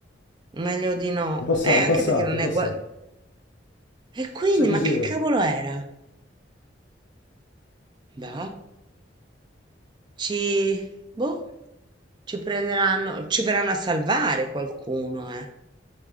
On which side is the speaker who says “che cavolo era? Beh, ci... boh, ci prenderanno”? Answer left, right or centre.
Right